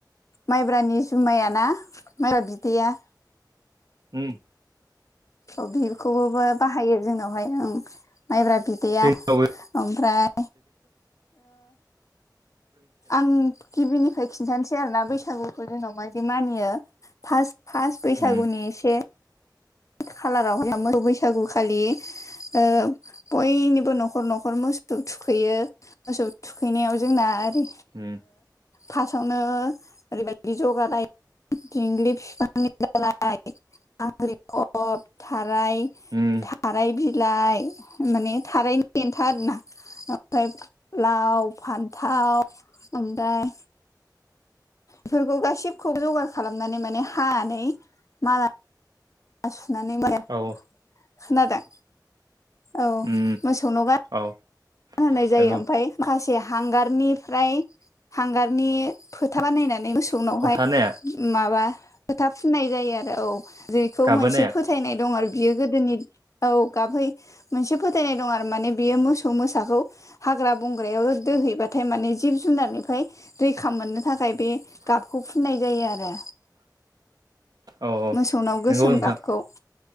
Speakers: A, on the left (about 45°); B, on the right (about 60°).
A: माइब्रानि जुमायाना माइब्रा बिदैया
B: उ
A: औ बेखौबोबो बाहायो जोंनाव बेहाय आं माइब्रा बिदैया
B: जोंनावबो
A: ओमफ्राय आं गिबिनिफ्राय खिन्थानोसै आरो ना बैसागुखौ जोंनाव माबायदि मानियो फार्स्ट फार्ट बैसागुनि
B: उम
A: एसे खालारावहाय खालामो बैसागु खालि बयनिबो न'खर- न'खर मुस्थु थुखैयो मोसौ थुखैनायाव जोंना आरो
B: उम
A: फार्स्टावनो ओरैबायदि जगा लायो दिंग्लि बिफांनि दालाय आ अफ थाराय
B: उम
A: थाराय बिलाइ माने थारायनि दन्था आरोना ओमफ्राय लाव फान्थाव ओमफ्राय बेफोरखौ गासिबखौ जगार खालामनानै माने हानानै माल <unintelligible>
B: औ
A: खोनादों औ
B: उम
A: मोसौ नगा
B: औ
A: होनाय जायो
B: नंगौ
A: ओमफफ्राय माखासे हांगारनिफ्राय हांगारनि फोथा बानायनानै मोस फथनावहाय
B: फथा नाया
A: माबा फोथा फुननाय जायो आरो औ जेखौ
B: गाबहोनाया
A: मोनसे फ फोथायनाय दं आरो बियो गोदोनि औ गाबै मोनसे फोथायनाय दं आरो माने बियो मोसौ मो फिसाखौ हाग्रा - बंग्रायाव दोहैबाथाय माने जिब जुनारनिफ्राय रैखा मोननो थाखाय बे गाबखौ फुननाय जायो आरो
B: औ औ
A: मोसौनाव गोसोम
B: नंगौ नोंथां
A: गाबखौ